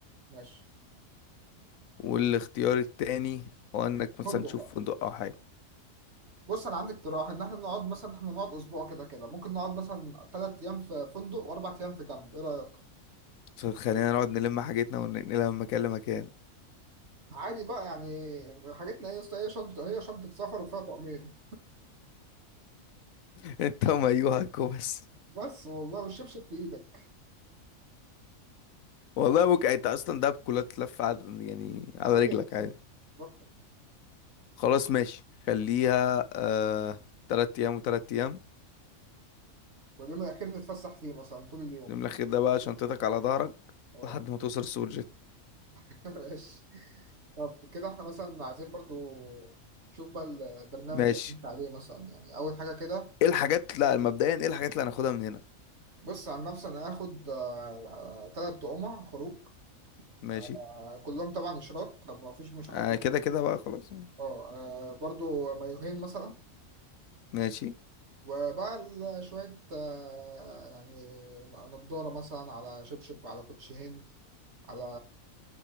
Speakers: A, on the right; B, on the left.
A: ماشي
B: والاختيار التاني هو إنك مثلا
A: فندق
B: تشوف
A: بقى
B: فندق أو حاجة
A: بص انا عندي اقتراح ان احنا نقعد مثلا احنا نقعد اسبوع كده كده ممكن نقعد مثلا ثلاث ايام في فندق واربع ايام في كامب ايه رايك
B: بس خلينا نقعد نلم حاجتنا وننقلها من مكان لمكان
A: عادي بقى يعني حاجتنا هي هي شنطه هي شنطه سفر وفيها طقمين
B: <laughs> انت ومايوهك وبس
A: بس والله والشبشب في ايدك
B: والله ممكن انت اصلا ده بكلها تلف على يعني على
A: ايوه
B: رجلك
A: بالظبط
B: عادي
A: بالظبط.
B: خلاص ماشي خليها آه... تلات ايام وتلات ايام
A: واليوم الاخير نتفسح فيه مثلا طول اليوم
B: اليوم الأخير ده بقى شنطتك على ظهرك
A: اه
B: لحد ما توصل السوبر جيت
A: <laughs> ماشي طب كده احنا مثلا عايزين برضو شوف بقى البرنامج
B: ماشي
A: اللي هنمشي عليه مثلا يعني اول حاجه كده
B: ايه الحاجات لا مبدئيا ايه الحاجات اللي هناخدها من هنا
A: بص عن نفسي انا هاخد ثلاث تقمع خروج
B: ماشي
A: آه، كلهم طبعا اشراط طب ما فيش مش هاخد
B: آه
A: بال-
B: كده كده بقى خلاص
A: اه آه، برضو مايوهين مثلا
B: ماشي
A: وبقى ال- شوية آه، يعني نضارة مثلا على شبشب على كوتش هند على